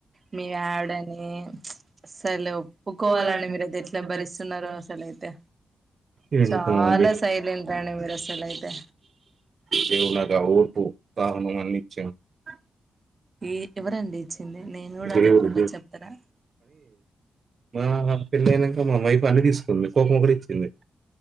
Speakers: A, on the right; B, on the right.
A: మ ఆవిడని సర్లేేఒప్పుకోవాలండి
B: పోవాలండి
A: మీరు అయితే ఎట్లా
B: చెప్పిన
A: భరిస్తున్నారో
B: పరిస్థితుల్లో.
A: అసలు అయితే.
B: ఏం
A: చాలా
B: చెప్పమండి.
A: సైలెంట్ అండి మీరు అసలు అయితే.
B: కేవునాగా ఒఓపు త హనుమాను నిచ్చ <unintelligible>
A: ఈ ఎవరండి ఇచ్చింది నేను కూడా అడగకుండా
B: దేవుడు
A: అడుగుతుండా చెప్తారా?
B: ఆ మా పెళ్ళి అయినాక మా వైఫ్ అన్నీ తీసుకుంది పాపం ఒకటి ఇచ్చింది.